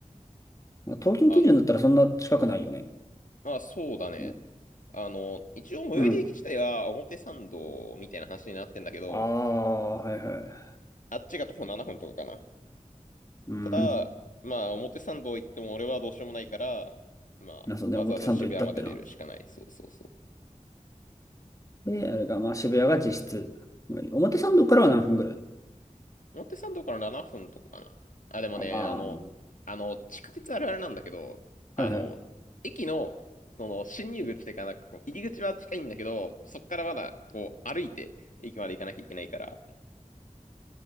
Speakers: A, on the left; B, on the left.
A: まあ東京基準だったらそんな近くないよね。
B: あの、まあ、そうだね。
A: も
B: あの、一応最寄り駅自体は表参道みたいな話になってんだけど、
A: ううん。ああ、はいはい。
B: あっちが徒歩7分とかかな。
A: うん。
B: ただ、まあ、表参道行っても俺はどうしようもないから、まあ、
A: な、そうね、表参道行ったってな。
B: わざわざ渋谷まで出るしかない。そうそうそう。
A: で、あれが、まあ渋谷が実質。表参道からは何分ぐらい
B: 表参道から7分とかかな。あ、でもね、
A: あ、ま
B: あの、あの、地下鉄あるあるなんだけど、
A: あ、
B: あの、
A: はいはい。
B: 駅の、その、進入口っていうか、なんかこう、入り口は近いんだけど、そっからまだ、こう、歩いて、駅まで行かなきゃいけないから、